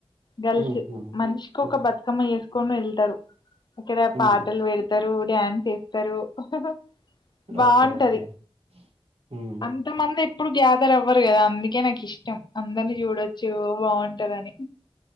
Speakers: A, on the left; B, on the right.
A: గలిసి
B: హుహు.
A: మనిషికి
B: హ్మ్.
A: ఒక బతుకమ్మ వేసుకొని వెళ్తారు. ఇక్కడ
B: హ్మ్.
A: పాటలు పెడతరు, డ్యాన్స్ ఏస్తరు హహహ బావుంటది
B: ఓకే. ఓకే. హ్మ్.
A: అంతమంది ఇప్పుడు గ్యాదర్ అవ్వరు గదా అందుకే నాకు ఇష్టం అందరిని చూడొచ్చు బావుంటరని